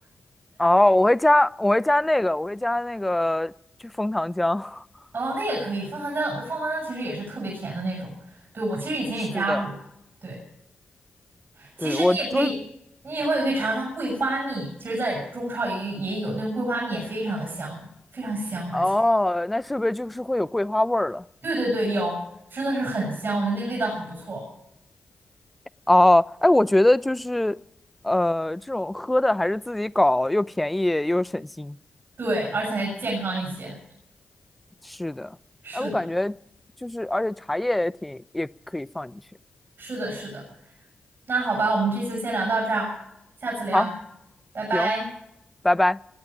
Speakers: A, in the centre; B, on the right (about 70°).
A: 哦，我会加，我会加那个，我会加那个，就枫糖浆。<laughs>
B: 哦，那也可以，枫糖浆，枫糖浆其实也是特别甜的那种。对，我其实以前也加过。
A: 是的，
B: 对。其实你也可以，
A: 对，我就是，
B: 你以后也可以尝尝桂花蜜。其实，在中超也也有那种桂花蜜，也非常的香，非常香，而且，
A: 哦，那是不是就是会有桂花味儿了？
B: 对对对，有，真的是很香，我觉得那味道很不错。
A: 哦，哎，我觉得就是，呃，这种喝的还是自己搞，又便宜又省心。
B: 对，而且还健康一些。
A: 是的，
B: 是的，
A: 哎，我感觉就是，而且茶叶也挺，也可以放进去。
B: 是的，是的。那好吧，我们这次就先聊到这儿，下次聊，
A: 好，
B: 拜拜。
A: 行，拜拜。